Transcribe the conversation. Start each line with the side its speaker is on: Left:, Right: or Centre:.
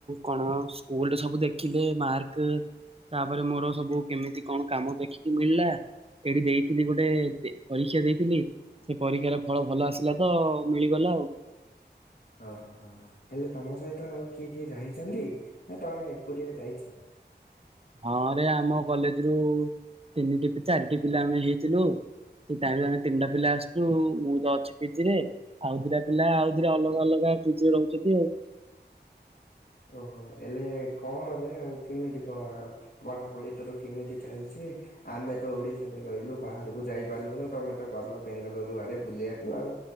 Right: କଣ ସ୍କୁଲ ରେ ସବୁ ଦେଖିଲେ ମାର୍କ ତାପରେ ମୋର ସବୁ କେମିତି କଣ କାମ ଦେଖିକି ମିଳିଲା। ଏଠି ଦେଇଥିଲି ଗୋଟେ ପରୀକ୍ଷା ଦେଇଥିଲି। ସେ ପରୀକ୍ଷାର ଫଳ ଭଲ ଆସିଲା ତ ମିଳିଗଲା ଆଉ।
Left: ଓ ହୋ ହ ହ ହେଲେ ତମ ସହିତ ଆଉ କିଏ କିଏ ଯାଇଛନ୍ତି। ନା ତମେ ଏକୁଟିଆ ଯାଇଛ।
Right: ହଁରେ ଆମ କଲେଜ ରୁ ତିନିଟି ଚାରିଟି ପିଲା ଆମେ ହେଇଥିଲୁ। ସୋଇ ଆମେ ତିନିଟା ପିଲା ଆସିଛୁ ମୁଁ ତ ଅଛି ପିଜି ରେ। ଆଉଥରେ ପିଲା ଆଉରେ ଅଲଗା ଅଲଗା ପି ରହୁଛନ୍ତି ଆଉ।
Left: ଓହୋ ହେଲେ କଣ ରେ ଆଉ କେମିତି କଣ ଆଉ। ପଢା ପଢି ତର କେମିତି ଚାଲିଛି। ଆମେ ତ ଓଡିଶାରେ ରହିଲୁ ବାହାରକୁ ଯାଇପାରିଲୁନୁ ତମେ ତ ଗଲ ବେଙ୍ଗାଲୋରୁ ଆଡେ ବୁଲିବାକୁ ଆଉ।